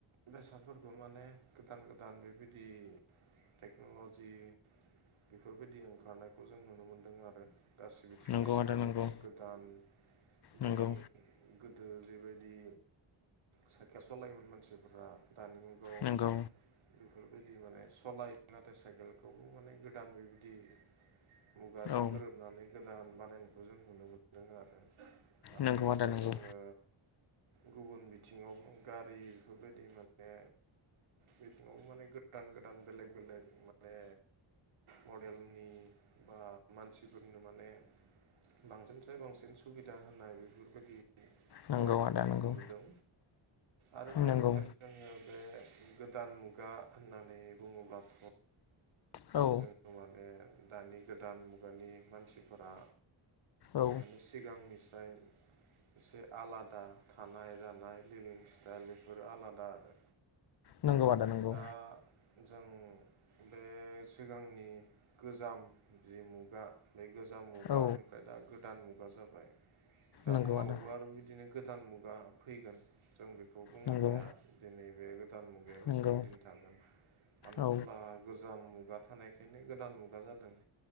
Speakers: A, on the right; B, on the left.
A: बेसादफोरखौ माने गोदान गोदान बेबायदि टेक्न'ल'जि बेफोरबायदि ओंखारनायखौ जों नुनो मोन्दों आरो गासै बिथिङाव
B: नंगौ आदा
A: माने
B: नंगौ
A: गोदान जि
B: नंगौ
A: गोदो जैबायदि साइखेल सलायोमोन मानसिफोरा दानि मुगाव
B: नंगौ
A: बेफोरबायदि माने सालायो नाथाय साइकेलखौबो माने गोदान बेबायदि मुगाजों
B: औ
A: गोरोबनानै गोदान बानायनायखौ जों नुनो मोनदों आरो आरो
B: नंगौ
A: लोगोसे
B: आदा नंगौ
A: जोङो गुबुन बिथिङावबो गारि बेफोरबायदि माने बिथिङावबो माने गोदान गोदान बेलेग बेलेक माने मडेलनि बा मानसिफोरनो माने बांसिनफ्राय बांसिन सुबिदा होनाय बेफोरबायदि
B: नंगौ
A: खाबुखौ
B: आदा
A: जों
B: नंगौ
A: नुदों आरो लोगोसे
B: नंगौ
A: जोङो बे गोदान मुगा होननानै बुङोब्लाथ'
B: औ
A: जोङो माने दानि गोदान मुगानि मानसिफोरा
B: औ
A: माने सिगांनिफ्राय एसे आलादा थानाय जानाय लिभिं स्टाइल बेफोरो आलादा आरो
B: नंगौ आदा नंगौ
A: दा जों बे सिगांनि गोजाम जि मुगा बे गोजाम मुगानिफ्राय
B: औ
A: दा गोदान मुगा जाबाय दा
B: नंगौ
A: उनावबो
B: आदा
A: आरो बिदिनो गोदान मुगा फैगोन जों बेखौ बुंनो
B: नंगौ
A: हाया दिनै बे गोदान मुगाया बेसेबां
B: नंगौ
A: दिन थागोन मानो होनब्ला
B: औ
A: गोजाम मुगा थानायखायनो गोदान मुगा जादों